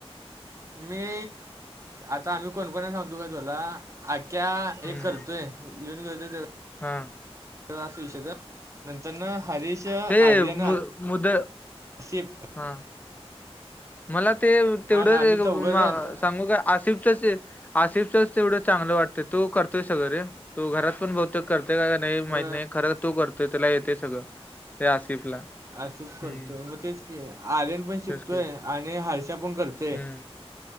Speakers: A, on the right (about 30°); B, on the left (about 15°).
A: मी आता आम्ही कोणकोणा सांगतो का तुोला आख्ख्या
B: हम्म
A: एक करतोय लिऊन घेऊतोय
B: हा
A: ास विषद नंतर ना हरीश आर्यन
B: ते मु मुद
A: आसिफ
B: हा मला ते
A: हा
B: तेवढं
A: का आम्ही चौघं जण
B: सांगू का आसिफ आिफचच तेवढं चांगलं वाटतंय तो करतोय सगरे तो घरात पण ब करते का का नाही
A: व
B: माहित नाही खरं तू करत त्याला येते सगळं त्या आसिफला
A: असे करतोय
B: हम्म
A: मग तेच की आर्यन पण शिकतोय
B: तेच की
A: आणि हर्षा पण करतो
B: हम्म